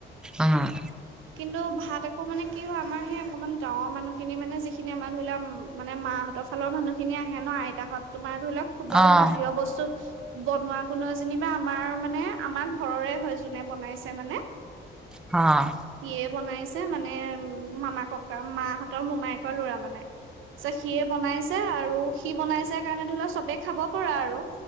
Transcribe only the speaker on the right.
কিন্তু ভাত আকৌ মানে কি হয় আমাৰ সেই অকমান গাঁৱৰ মানুহখিনি মানে যি- খিনি আমাৰ ধৰি ল মানে মাহঁতৰ ফালৰ মানুহ খিনি আহে ন আইতাহত তোমাৰ ধৰি লওক, - খু বাও
বাহিৰৰ বস্তু- বনোৱা খোনোৱা জনিবা আমাৰ মানে আমাৰ ঘৰৰে হয় যোনে বনাইছে মানে।
সিয়ে বনাইছে মানে উম মামা ককা মাহঁতৰ মোমায়েকৰ লৰা মানে। চ সিয়ে বনাইছে আৰু সি বনাইছে কাৰণে ধৰি লোৱা চবেই খাব পৰা আৰু।